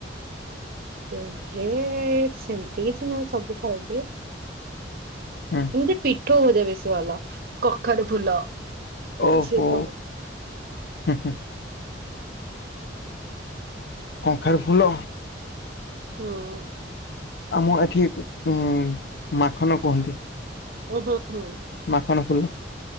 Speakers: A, on the right; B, on the left.
A: ଏ-ଯେ ସେମିତି କିଛି ନାହିଁ ସବୁ ଖାଉଚି।
B: ଆଁ।
A: ଏମିତି ପିଠଉ ଭଜା ବେଶୀ ଭଲ କଖାରୁ ଫୁଲ।
B: ଓହୋ!
A: ସେ ସବୁ
B: ହୁଁ- ହୁଁ। କଁଖାରୁ ଫୁଲ
A: ହୁଁ ହୁଁ
B: ଆମ ଏଠି ଉଁ- ମାଖନ କୁହନ୍ତି।
A: <unintelligible>
B: ମାଖନ ଫୁଲ।